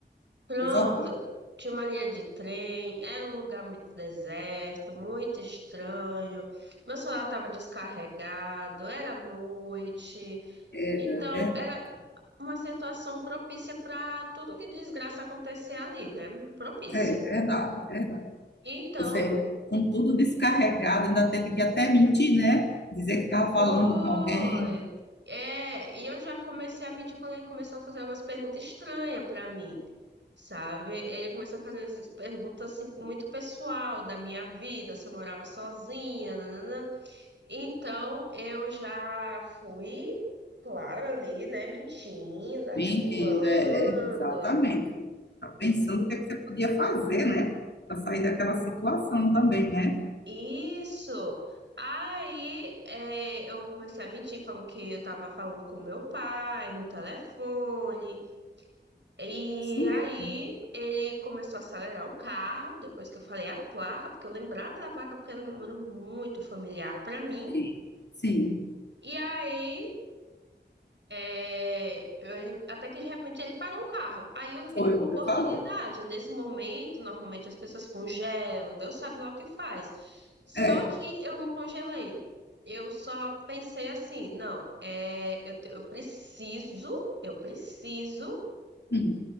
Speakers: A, on the right; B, on the left.
A: Pronto,
B: Coisa horrível.
A: tinha uma linha de trem, era um lugar muito deserto, muito estranho. Meu celular estava descarregado, era noite.
B: Era
A: Então,
B: verdade.
A: era uma situação propícia para tudo que desgraça acontecer ali, né? Propícia.
B: É verdade, verdade.
A: Então,
B: Você, com tudo descarregado, ainda teve que até mentir, né? Dizer que estava
A: foi.
B: falando com alguém.
A: É, e eu já comecei a mentir quando ele começou a fazer umas perguntas estranhas para mim, sabe? Ele começou a fazer essas perguntas assim, muito pessoal da minha vida, se eu morava sozinha, nanana. Então, eu já fui, claro, ali, né, mentindo, articulando.
B: Me entenda, é, é, exatamente. tá Pensando o que é que você podia fazer, né? Para sair daquela situação também, né?
A: Isso! Aí é, eu comecei a mentir, falando que eu tava falando com meu pai no telefone. E
B: Isso mesmo.
A: aí ele começou a acelerar o carro, depois que eu falei a placa, porque eu lembrava da placa porque era um número muito familiar pra mim.
B: Sim, sim.
A: E aí É, eu- ele, até que de repente ele parou o carro. Aí eu vi
B: Foi
A: como
B: o
A: oportunidade.
B: que você falou.
A: Nesse momento, normalmente as pessoas congelam, Deus sabe lá o que faz. Só
B: É.
A: que eu não congelei. Eu só pensei assim, não, é, eu, te- eu preciso, eu preciso,
B: Hum.